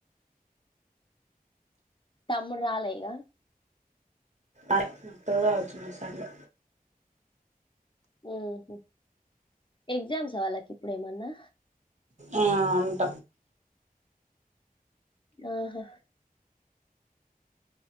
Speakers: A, on the left; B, on the right.
A: తమ్ముడు రాలే ఇగా
B: అటు ఆ వచ్చినాడ్ సండే
A: ఉహూ ఎగ్జామ్స్ ఆ వాళ్ళకి ఇప్పుడు ఏమన్నా
B: ఆ అంట
A: ఆహా